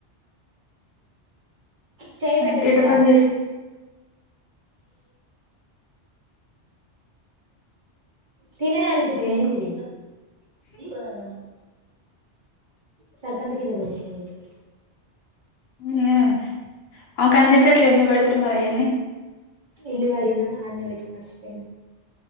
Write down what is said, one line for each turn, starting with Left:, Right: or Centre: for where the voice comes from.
Right: చెయ్ పెట్టకు
Left: ఎంత ఎట
Right: పిల్ల
Left: పని చేస్
Right: తినేది అనుకుంట్నవా
Left: ఏం
Right: ఏంది ఇది దిగి పోదాం దా మనం సర్పు అంతా కింద పోషినవ్ గా
Left: <unintelligible> ఆమెకు అందేటట్లు ఎందుకు పెడ్తరు మరి ఆయన్నీ
Right: ఇల్లు గడిగినము ఆడనే పెట్టి మర్చిపోయినా